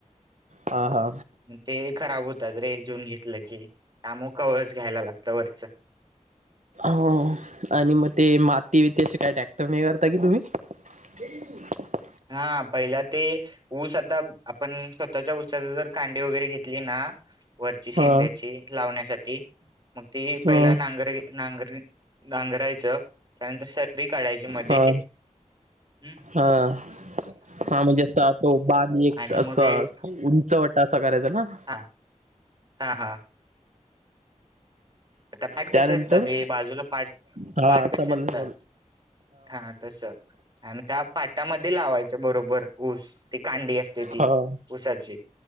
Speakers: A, on the right (about 65°); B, on the right (about 30°).
A: हा हा
B: ते खराब होतात रे जऊन घेतलं की त्याम कवळच घ्यायला लागतं वरच
A: हो आणि मग ते माती बतीे काय ट्रॅक्टर नाही करता की तुम्ही <unintelligible>
B: हा पहिला ते ऊस आता आपण स्वतःच्या ऊस जर कांडी वगैरे घेतली ना वरची शेंड्याची
A: हा
B: लावण्यासाठी मग ती
A: हा
B: पहिला नांगर नांगर नांगरायचं त्यानंतर शरीरी काढायची मध्ये
A: हा
B: हम्
A: हा हा म्हणजे अस तो बाणी एक
B: आणि
A: अस
B: मग एक
A: उंचवटा असा करायचा ना ह
B: हा हा हा आता पाठ
A: त्यानंतर
B: कसे असतात हे बाजूला पाठ
A: हा
B: पाठ कसे
A: समजलं
B: असतात हा तस आणि त्या पाटामध्ये लावायचं बरोबर ऊस ती कांडी असते ती
A: हा
B: उसाची